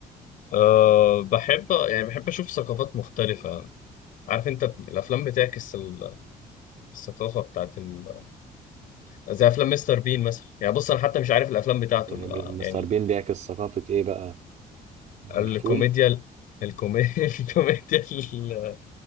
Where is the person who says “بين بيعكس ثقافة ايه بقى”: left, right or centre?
Right